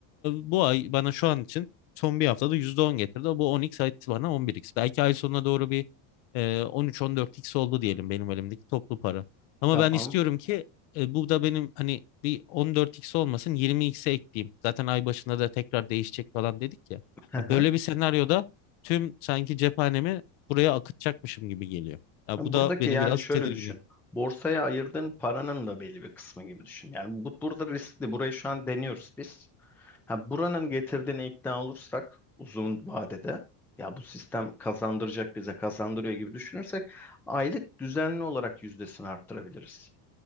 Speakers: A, on the left; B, in the centre.
A: bu ay bana şu an için son bir haftada %10 getirdi. Bu on x etti bana on bir x Belki ay sonuna doğru bir e, on üç on dört x oldu diyelim benim elimdeki toplu para. Ama
B: Tamam.
A: ben istiyorum ki e, bu da benim hani bir on dört x olmasın Yirmi xe ekleyeyim. Zaten ay başında da tekrar değişecek falan dedik ya.
B: <laughs>
A: E, Böyle bir senaryoda tüm sanki cephanemi buraya akıtacakmışım gibi geliyor. Ya
B: Yani
A: bu
B: Buradaki
A: da beni
B: yani
A: biraz
B: şöyle
A: tedirgin
B: düşün.
A: ediyor.
B: Borsaya ayırdığın paranın da belli bir kısmı gibi düşün. Yani bu burada riskli. Burayı şu an deniyoruz biz. Ha, buranın getirdiğine ikna olursak uzun vadede ya bu sistem kazandıracak bize kazandırıyor gibi düşünürsek aylık düzenli olarak yüzdesini arttırabiliriz.